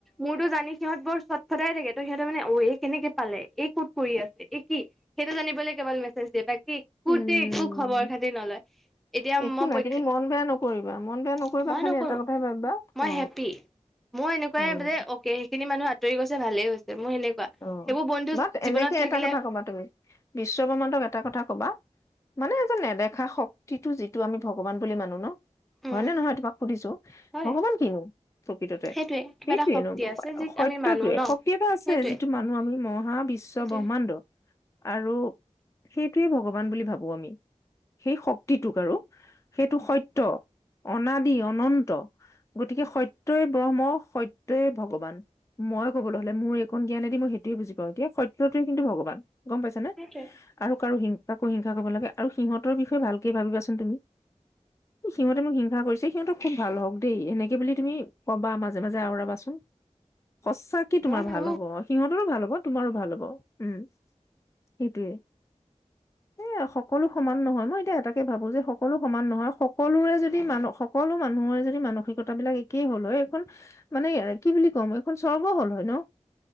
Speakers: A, in the centre; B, on the left (about 25°).
A: মোৰতো জানি সিহঁত বৰ- সদায় থাকে। ত' সিহঁতে মানে অ' এই কেনেকে পালে, এই ক'ত কৰি আছে, এই কি? সেইটো জানিবলৈ কেৱল মেছেজ দিয়ে, বাকী- খোতে
B: উম
A: একো খবৰ খাতি নলয়। এতিয়া
B: একো
A: মই
B: নাই
A: পৰীক্ষা-
B: তুমি মন বেয়া নকৰিবা মন বেয়া নকৰিবা
A: মই
B: খালি
A: নকৰো,
B: এটা কথাই ভাবিবা
A: মই
B: অ
A: হেপী। মোৰ এনেকুৱাই
B: অ
A: যে অ'কে সেইখিনি মানুহ- আঁতৰি গৈছে ভালেই গৈছে মোৰ সেনেকুৱা।
B: অ',
A: সেইবোৰ বন্ধু
B: বাট
A: জীৱনত
B: এনেকে
A: থাকিলে-
B: এটা কথা কবা তুমি- বিশ্ব ব্ৰহ্মাণ্ডক এটা কথা কবা- মানে এজন নেদেখা শক্তিটো যিটো আমি ভগৱান বুলি মানো ন'-
A: উম
B: হয়নে নহয় তোমাক সুধিছো,
A: হয়
B: ভগৱান কিনো প্ৰকৃততে?
A: সেইটোৱে কিবা
B: সেইটোয়ে
A: এটা শক্তি
B: নো
A: আছে যি
B: সত্যটোৱে
A: আমি মানো ন
B: শক্তি এটা আছে
A: সেইটোৱে
B: যিটো মানুহ আমি মহা বিশ্ব
A: সেইটোৱে
B: ব্ৰহ্মাণ্ড- আৰু সেইটোৱে ভগৱান বুলি ভাবো আমি। সেই শক্তিটোক আৰু সেইটো সত্য অনাদি অনন্ত। গতিকে সত্যই ব্ৰহ্ম সত্যই ভগৱান মই ক'বলৈ হ'লে মোৰ এইকণ জ্ঞান এ। দি মই সেইটোৱে বুজি পাওঁ এতিয়া সত্য টোৱে কিন্তু ভগৱান গম পাইছা নে?
A: সেইটোৱে
B: আৰু কাৰো হিংসা কৰিব নালাগে আৰু সিহঁতৰ বিষয়ে ভালকে ভাবিবাচোন তুমি। সিহঁতে মোক হিংসা কৰিছে সিহঁতক। খুব ভাল হওঁক দেই এনেকে বুলি তুমি ক'বা মাজে মাজে আওৰাবাচোন। সঁচাকে তোমাৰ
A: মই ভাবো
B: ভাল হ'ব। সিহঁতৰো ভাল হ'ব তোমাৰো ভাল হ'ব উম, সেইটোৱে। এ সকলো সমান নহয় মই এতিয়া এটাকে ভাবো যে সকলো সমান নহয় সক। সকলোৰে যদি মান সকলো মানুহৰে যদি মানসিকতা বিলাক একেই হ'ল হয় এইখন। মানে কি বুলি ক'ম এখন সৰ্ব হ'ল হয় ন।